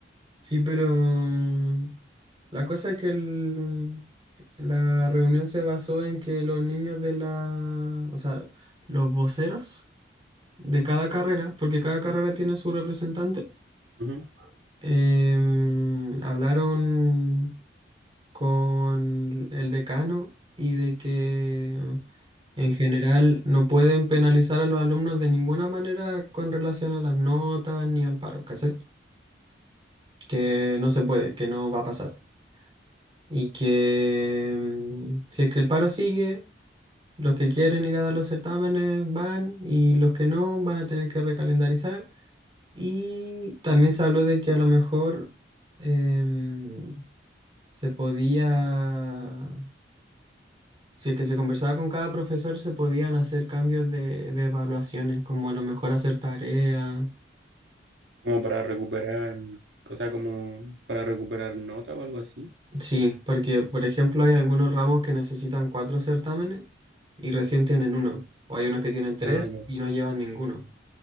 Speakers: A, on the right (about 25°); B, on the right (about 70°).
A: Sí, pero mm, la cosa es que el- la reunión se basó en que los niños de la, o sea, los voceros de cada carrera, porque cada carrera tiene su representante,
B: Ujú.
A: em, hablaron con el decano y de que en general no pueden penalizar a los alumnos de ninguna manera con relación a las notas ni al paro, ¿cachai? Que no se puede, que no va a pasar. Y que mm, si es que el paro sigue, los que quieren ir a dar los certámenes van y los que no van a tener que recalendarizar. Y también se habló de que a lo mejor em, se podía Si es que se conversaba con cada profesor, se podían hacer cambios de, de evaluaciones, como a lo mejor hacer tareas.
B: Como para recuperar, o sea, como para recuperar nota o algo así.
A: Sí, porque por ejemplo hay algunos ramos que necesitan cuatro certámenes y recién tienen uno, o hay unos que tienen tres
B: Ah, ya.
A: y no llevan ninguno.